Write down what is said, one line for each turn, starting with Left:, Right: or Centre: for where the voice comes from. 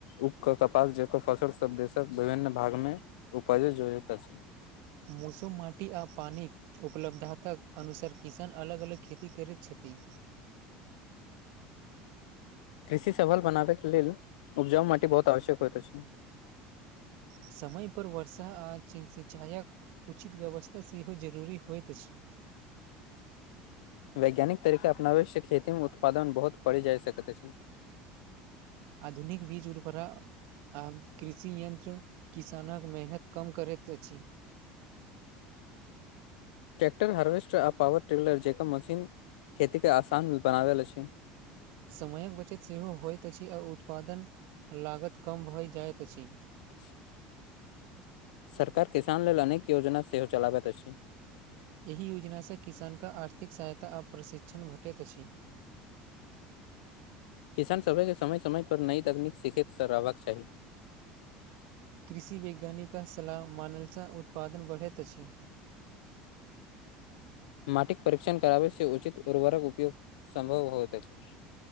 Left: उपकर कपास जेकर फसल सभदेशक विभिन्न भागमे उपज जोड़ैत अछि
Right: मौसुमाटी आ पानि उपलब्धातक अनुसर किसन अलग अलग खेती करैत छथि
Left: कृषि सफल बनाबैके लेल उपजा माटीबहुत आवश्यक होय त अछी
Right: समय पर वर्षा आ सिचाइक उचित व्यवस्था सेहो जरूरी होइत अछि
Left: वैज्ञानिक तरीका अपनावै छै खेतीमे उत्पादन बहुत पडय जाय सकैत अछी
Right: आधुनिक बीज उर्वरा आम कृषि यन्त्र किसानक मेहनत कम करैत अछि
Left: ट्रैक्टर हार्वेस्टर आ पॉवर ट्रिलर जेकर मशीन खेती के आसान मे बनावेल अछि।
Right: समयक बचत सेहो होइत अछि आ उत्पादन लागत कम भइ जाइत अछि।
Left: <inaudible> सरकार किसान लेल अनेक योजना सेहो चलाबैत अछि।
Right: एहि योजनासँ किसानके आर्थिक सहायता आ प्रशिक्षण भेटैत अछि।
Left: किसान सभके समय समय पर नई तकनीक सिखैत स रहबाक चाही।
Right: कृषि वैज्ञानिक सलाह मानलसँ उत्पादन बढ़ैत अछि।
Left: मटिक परीक्षण करावे से उचित उर्वरक उपयोग संभव होइत अछि।